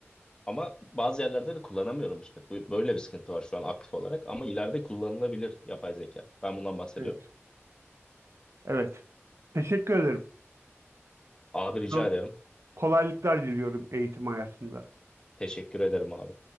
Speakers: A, on the left (about 15°); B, on the right (about 70°).
A: Ama bazı yerlerde de kullanamıyorum işte. Bu- Böyle bir sıkıntı var şu an aktif olarak ama ileride kullanılabilir yapay zeka. Ben bundan bahsediyorum.
B: Evet. Evet. Teşekkür ederim.
A: Abi
B: Sana
A: rica ederim.
B: kolaylıklar diliyorum eğitim hayatında.
A: Teşekkür ederim abi.